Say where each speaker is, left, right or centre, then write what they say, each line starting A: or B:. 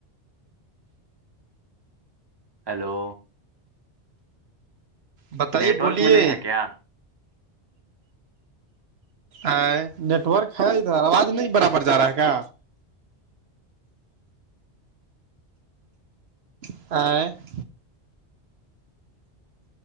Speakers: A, on the right; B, on the right.
A: ہیلو
B: بتائیے
A: نیٹ ورک
B: بولیے
A: میں نہیں ہے کیا
B: ا نیٹ ورک ہے ادھر آواز نہیں برابر جا رہا ہے کا <inaudible>